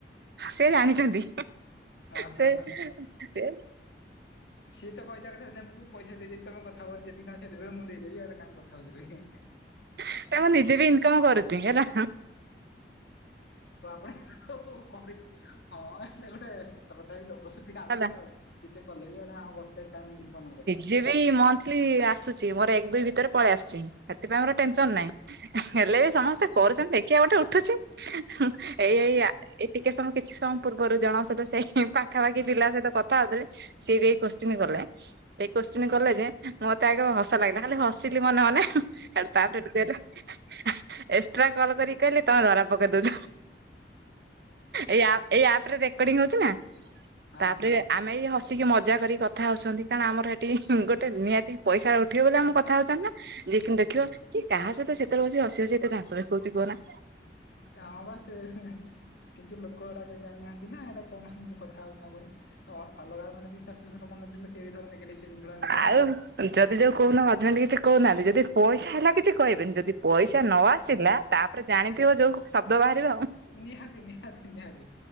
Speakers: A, on the right; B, on the left.
A: ସେ ଜାଣିଛନ୍ତି।
B: ଅ
A: ସେ
B: ହ ହ।
A: ସେ
B: ସିଏ ତ କହିଦେବା କଥା ନା ମୁଁ ପଇସା ଦେଇଦବି ତମେ କଥା ହୁଅନି ଯେତିକି ସେ ଦେବେ ମୁଁ ଦେଇଦେବି କାଇଁ କଥାହଉଚ କହିବେ।
A: ଏଟା ମୁଁ ନିଜେ ବି ଇନକମ୍ କରୁଚି। ଏରା
B: ତ ଆପଣ <unintelligible> ହଁ ଏଟା ଗୋଟେ ସତ କଥା ବି ଲୋଭ ବି
A: ହେଲା
B: ଲାଗୁଚି ଆଉ। ଯେତେ କଲେ ବି ଏଟା ବସିଥିବ କାଇଁ ଇନକମ୍ ନକରିବା।
A: ଇଏ ବି ମନ୍ଥଲି ଆସୁଚି। ମୋର ଏକ ଦୁଇ ଭିତରେ ପଳେଇ ଆସୁଚି। ହେଥିପାଇଁ ମୋର ଟେନସନ୍
B: ଆଜ୍ଞା
A: ନାଇଁ। ହେଲେ ବି ସମସ୍ତେ କରୁଛନ୍ତି ଦେଖିବା ଗୋଟେ ଉଠୁଛି। ଏଇ
B: ହଁ।
A: ଏଇ ଆ ଏଇ ଟିକେ ସମୟ କିଛି ସମୟ ପୂର୍ବରୁ ଜଣ ସହିତ ସେଇ ପାଖାପାଖି ପିଲା ସହିତ କଥା ହଉଥିଲି। ସିଏ ବି ଏଇ କୋଶ୍ଚିନ୍ କଲେ। ଏଇ କୋଶ୍ଚିିନ କଲେ ଯେ ମତେ ଆଗ ହସ ଲାଗିଲା। ଖାଲି ହସିଲି ମନେ ମନେ। ହେଠୁ ତାପରେ। <unintelligible> ଏକ୍ସଟ୍ରା କଲ୍ କରିକି କହିଲେ ତମେ ଧରା ପକେଇ ଦଉଚ। ଏଇ ଆ ଏଇ ଆପରେ ରେକର୍ଡି ହଉଚି ନା,
B: ହଁ
A: ତାପରେ
B: ହଁ
A: ଆମେ ଏଇ ହ ସିକି ମଜା କରିକି କଥା ହଉଛନ୍ତି କାରଣ ଆମର ଏଠି ଗୋଟେ ନିହାତି ପଇସା ଉଠିବ ବୋଲି ଆମେ କ କଥା ହଉଛନ୍ତି ନା। ଯିଏ କିନ୍ତୁ ଦେଖିବ
B: ହଁ।
A: ଇଏ କାହା ସହିତ ସେତେବେଳୁ ବସି ହସି ହସି ଏତେ ଦାନ୍ତ ଦେଖଉଚି କୁହନା।
B: ନା ବା ସେ କିନ୍ତୁ ଲୋକ ଗୁରା କେହି ଜାଣିନାହାନ୍ତି ନା, ଏଇଟା କଣ କଥା ହଉଚି। <unintelligible> ତ ଅଲଗା ମାନେ ବି ଶାଶୁଶଶୁର ମାନେ ଥିଲେ ସେ ବି ଧର ନେଗେଟିଭ୍ ସେ ଜିନିଷ ଟା କୁ ନେବେ
A: ଆଉ
B: ନା।
A: ଯଦି ଯୋଉ କହୁନ ହଜବେଣ୍ଡ କିଛି କହୁନାହାନ୍ତି ଯଦି ପଇସା ହେଲା କିଛି କହିବେନି। ଯଦି ପଇସା ନ
B: ଆଚ୍ଛା
A: ଆସିଲା ତାପରେ ଜାଣିଥିବ ଯୋଉ ଶବ୍ଦ ବାହାରିବ।
B: ନିହାତି ନିହାତି ନିହାତି।